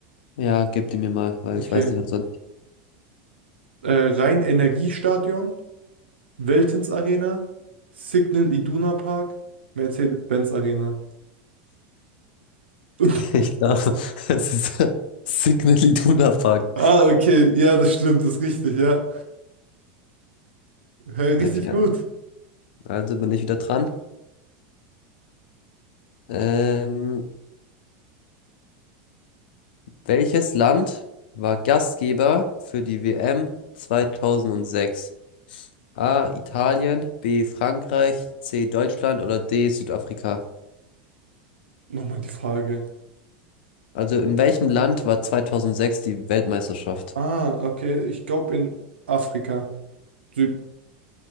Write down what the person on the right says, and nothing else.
Okay.
Äh, Rhein-Energiestadion, Veltins Arena, Signal Iduna Park, Mercedes-Benz Arena. <laughs>
Ah, okay. Ja, das stimmt, das ist richtig, ja. Hä, richtig
gut.
Nochmal die Frage.
Ah, okay. Ich glaube in Afrika. Süd